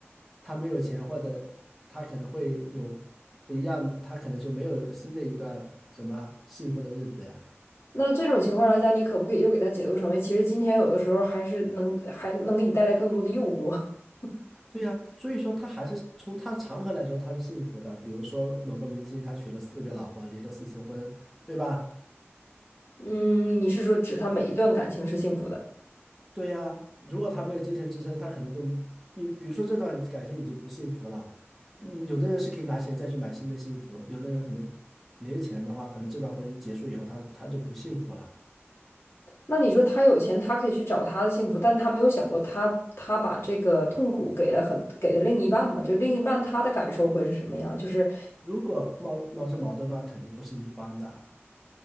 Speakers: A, in the centre; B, on the left.
A: 他没有钱，或者他可能会有不一样的，他可能就没有新的一段什么幸福的日子呀。
B: 那这种情况来讲，你可不可以又给他解读成为其实金钱有的时候还是能还能给你带来更多的诱惑？<laughs>
A: 对呀，所以说他还是从他的长河来说，他是幸福的。比如说某个明星，他娶了四个老婆，离了四次婚，对吧？
B: 嗯，你是说指他每一段感情是幸福的？
A: 对呀，如果他没有精神支撑，他可能就你比如说这段感情已经不幸福了。嗯，有的人是可以拿钱再去买新的幸福，有的人可能没钱的话，可能这段婚姻结束以后他，他就不幸福了。
B: 那你说他有钱，他可以去找他的幸福，但他没有想过他，他把这个痛苦给了很给了另一半嘛？就另一半他的感受会是什么样？就是
A: 如果冒冒出矛盾的话，肯定不是一方的。